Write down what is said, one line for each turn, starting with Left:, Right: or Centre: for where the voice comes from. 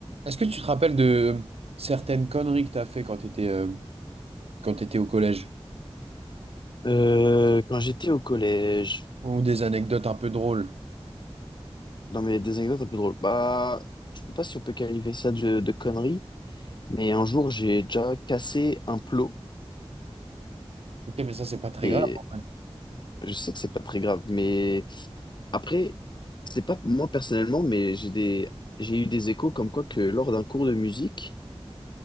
Right: Est-ce que tu te rappelles de certaines conneries que t'as fait quand t'étais euh, quand t'étais au collège?
Left: Euh, quand j'étais au collège,
Right: Ou des anecdotes un peu drôles?
Left: dans mes des anecdotes un peu drôles, bah, je peux pas si on peut qualifier ça de, de conneries, mais un jour j'ai déjà cassé un plot
Right: Ok, mais ça, c'est pas très
Left: et
Right: grave. en vrai.
Left: je sais que c'est pas très grave, mais après, c'est pas moi personnellement, mais j'ai des, j'ai eu des échos comme quoi que lors d'un cours de musique,